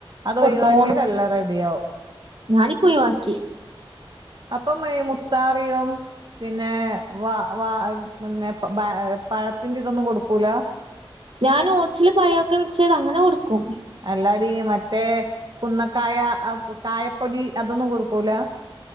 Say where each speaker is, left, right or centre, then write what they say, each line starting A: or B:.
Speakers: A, on the right; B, on the right.
A: അതൊഴിവാക്കിയാതെല്ലാം
B: കൊടുത്തോണ്ട്
A: റെഡിയാവും.
B: ഞാനിപ്പോ ഒഴിവാക്കി
A: അപ്പം ഈ മുത്താറിയോം, പിന്നേ വ വാ പിന്നെ ബ പഴത്തിൻ്റിതൊന്നും കൊട്ക്കൂലാ.
B: ഞാനോട്സില് പഴൊക്കെ മിക്സെയ്ത് അങ്ങനെ കൊട്ക്കും.
A: അല്ലാടീ, മറ്റേ കുന്നക്കായ, അ കായപ്പൊടി അതൊന്നും കൊട്ക്കൂലാ.